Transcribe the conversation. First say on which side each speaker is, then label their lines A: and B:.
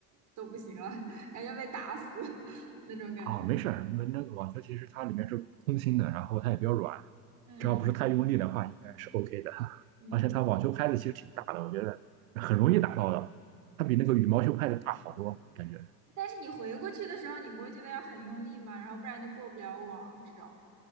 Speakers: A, on the right; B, on the right.
A: 都不行了，<laughs> 感觉被打死 <laughs> 那种感觉。
B: 啊、没事儿，因为那个网球其实它里面是空心的，然后它也比较软，
A: 嗯
B: 只要不是太用力的话，应该是 OK 的。
A: 嗯，
B: 而且它网球拍子其实挺大的，我觉得很容易打到的，它比那个羽毛球拍子大好多，感觉。
A: 但是你回过去的时候，你不会觉得要很用力吗？然后不然就过不了网这种，